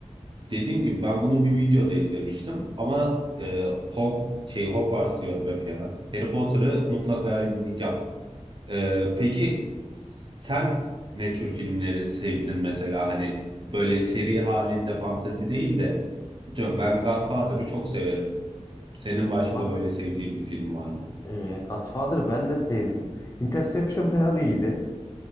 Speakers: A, on the right; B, on the left.
A: Dediğim gibi ben bunu bir videoda izlemiştim ama e, Hog şey Hogwarts diyorum hep ya. Harry Potter'ı mutlaka izleyeceğim. Ee, peki sen ne tür filmleri sevdin mesela hani böyle seri halinde fantazi değil de diyorum ben Godfather'ı çok severim. Senin başka
B: Godfather,
A: böyle sevdiğin bir film var mı?
B: e, Godfather'ı ben de sevdim. Interception falan iyiydi.